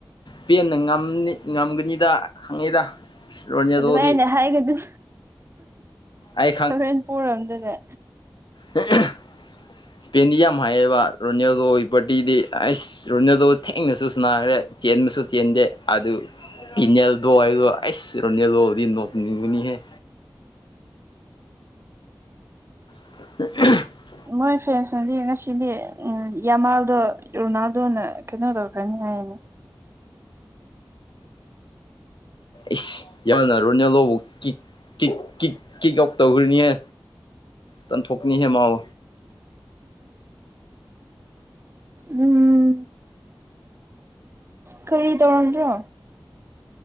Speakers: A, on the left (about 65°); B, on the right (about 30°).
A: ꯄꯦꯟꯅ ꯉꯝꯒꯅꯤꯗ ꯈꯪꯉꯤꯗ ꯔꯣꯅꯦꯜꯗꯣꯗꯤ
B: ꯑꯗꯨꯃꯥꯏꯅ ꯍꯥꯏꯒꯅ
A: ꯑꯩ
B: ꯦꯟ ꯄꯔꯝꯗꯅꯦ
A: ꯍ ꯏꯁꯄꯦꯟꯗꯤ ꯌꯥꯝ ꯍꯥꯏꯌꯦꯕ ꯔꯣꯅꯦꯜꯗꯣꯒꯤ ꯄꯥꯔꯇꯤꯗꯤ ꯑꯩꯁ ꯔꯣꯅꯦꯜꯗꯣ ꯊꯦꯡꯅꯁꯨ ꯁꯅꯥꯈ꯭ꯔꯦ ꯆꯦꯦꯟꯃꯤꯁꯨꯨ ꯆꯦꯖꯦ ꯑ ꯑꯗꯨ ꯄꯤꯅꯦꯗꯣ ꯑꯁ ꯔꯅꯦ ꯑꯗꯨꯗꯤ ꯅꯅꯤꯡꯒꯅꯤ ꯍꯥꯏ <unintelligible>
B: ꯅꯣꯏ ꯐ꯭ꯔꯦꯟꯁꯅꯗꯤ ꯉꯁꯤꯗꯤ ꯌꯥꯃꯥꯜꯗꯣ ꯔꯣꯅꯥꯜꯗꯣꯅ ꯀꯩꯅꯣ ꯇꯧꯈ꯭ꯔꯅꯤ ꯍꯥꯏ ꯍ
A: ꯏꯁꯁ ꯌꯥꯝꯅ ꯔꯣꯅꯥꯜꯗꯣꯕꯨ ꯀꯤꯛ ꯀꯤꯛ ꯀꯤꯛ ꯀꯤꯛ ꯀꯛ ꯇꯧꯈ꯭ꯔꯤꯅꯦꯍ ꯇꯟꯊꯣꯛꯅꯤ ꯍꯦ ꯃꯥꯎ
B: ꯎꯝ ꯀꯔꯤ ꯇꯧꯔꯝꯗ꯭ꯔꯣ